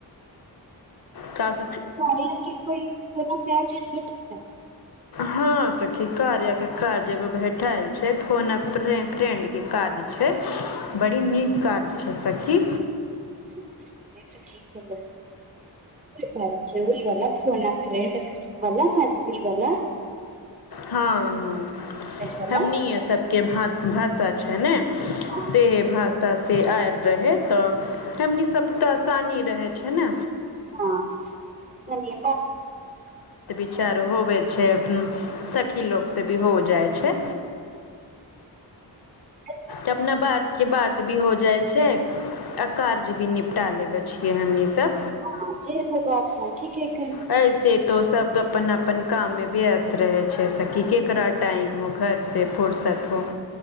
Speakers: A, on the left (about 60°); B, on the right (about 20°).
A: काफ
B: कारके कोइ कोरा प्यज ह
A: हँ सखी कार आके काज एगो भेटल छै फोन फ्रेंडके काज छै बड़ी नीक काज छै सखी।
B: तीीला फना फ्र वलाथी वला
A: हँ ह
B: वाला
A: हमनि सबके भाषा छै ने
B: हाँ
A: से भाषा ँ आय रहथि तऽ हमनी सबफता सानी रहै छै ने
B: हँनी
A: चार होब छै सखी लोकसँ भी हो जाइ छै।
B: ह
A: अपना बात के बात भी हो जाइ छै। आ कारज भी निपटा लेब छियै हमनी सब
B: ह जे त बात ठीक ह
A: ऐसे तो सब अपन अपन काममे व्यस्त रहै छै, सखी ककरा टाइम हो घरसँ फुरसत हो।